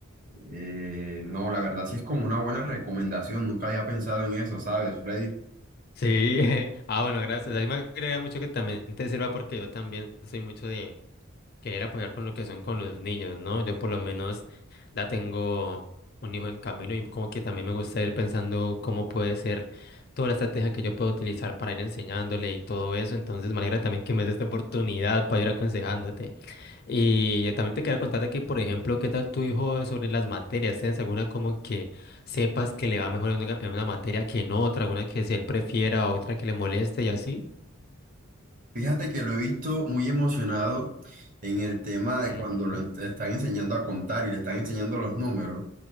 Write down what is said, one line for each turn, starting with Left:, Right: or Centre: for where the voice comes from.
Right: eh, no, la verdad sí es como una buena recomendación, nunca había pensado en eso, ¿sabes, Freddy?
Left: Sí. <laughs> Ah, bueno, gracias. A mí me agrega mucho que también te sirva porque yo también soy mucho de querer apoyar con lo que son con los niños, ¿no? Yo por lo menos ya tengo un hijo en camino y como que también me gusta ir pensando cómo puede ser toda la estrategia que yo puedo utilizar para ir enseñándole y todo eso. Entonces me alegra también que me des esta oportunidad para ir aconsejándote. Y también te quería contar de que, por ejemplo, ¿qué tal tu hijo sobre las materias? ¿Tienes alguna como que sepas que le va mejor en una, en una materia que en otra? ¿Alguna que si él prefiera, otra que le moleste y así?
Right: Fíjate que lo he visto muy emocionado en el tema de
Left: Ujú,
Right: cuando lo ent- están enseñando a contar y le están enseñando los números.